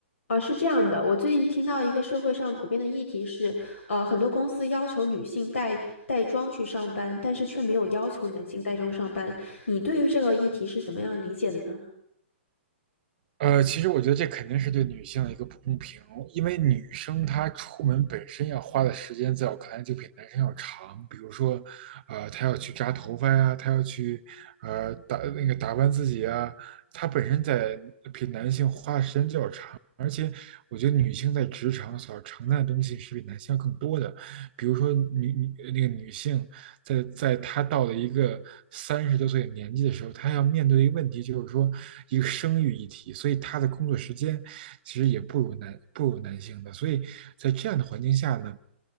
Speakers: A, on the left; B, on the right.
A: 啊，是这样的，我最近听到一个社会上普遍的议题是，呃，很多公司要求女性带带妆去上班，但是却没有要求男性带妆上班。你对于这个议题是怎么样理解的呢？
B: 呃，其实我觉得这肯定是对女性的一个不公平，因为女生她出门本身要花的时间，在我看来就比男生要长。比如说，呃，她要去扎头发呀，她要去呃打那个打扮自己啊，她本身在比男性花的时间就要长。而且，我觉得女性在职场所要承担的东西是比男性要更多的，比如说女女呃那个女性。在在他到了一个三十多岁的年纪的时候，他要面对的一个问题就是说一个生育议题，所以他的工作时间其实也不如男不如男性的，所以在这样的环境下呢，